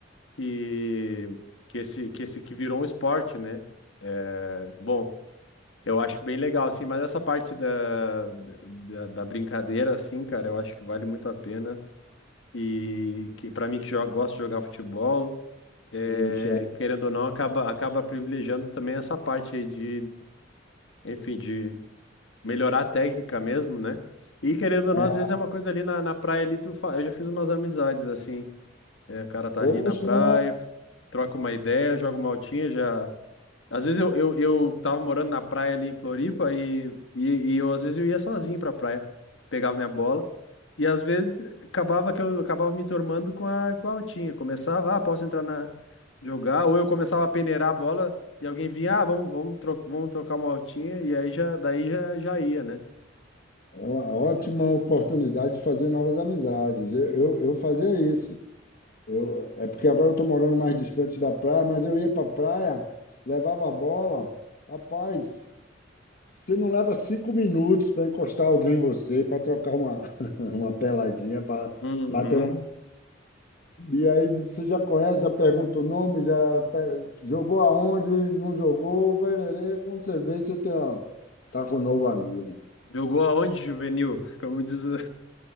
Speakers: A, on the left; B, on the left.
A: que que esse que esse que virou um esporte, né? É, bom, Eu acho bem legal, assim, mas essa parte da, da, da brincadeira, assim, cara, eu acho que vale muito a pena. E que para mim que joga, gosto de jogar futebol, é,
B: Poxa,
A: querendo ou não, acaba, acaba privilegiando também essa parte aí de, enfim, de melhorar a técnica mesmo, né? E querendo ou
B: é,
A: não, às vezes é uma coisa ali na, na praia ali, tu fa... eu já fiz umas amizades, assim, é, o cara tá
B: poxa,
A: ali na praia, troca uma ideia, joga uma altinha, já. Às vezes eu, eu, eu tava morando na praia ali em Floripa e, e, e eu, às vezes eu ia sozinho pra praia. Pegava minha bola e às vezes acabava que eu acabava me turmando com a, com a altinha. Começava, ah, posso entrar na jogar, ou eu começava a peneirar a bola e alguém vinha, ah, vamos, vamos, tro vamos trocar uma altinha e aí já, daí já, já ia, né?
B: é uma ótima oportunidade de fazer novas amizades. Eu, eu, eu fazia isso. Eu, é porque agora eu estou morando mais distante da praia, mas eu ia para a praia, levava a bola, rapaz. Você não leva cinco minutos para encostar alguém em você, para trocar uma, <laughs> uma peladinha, para
A: Uhum.
B: bater uma. E aí você já conhece, já pergunta o nome, já pe- jogou aonde, não jogou, pererê. quando você vê, você tem, ó, tá com um novo amigo.
A: Jogou aonde, juvenil? <laughs> Como diz o...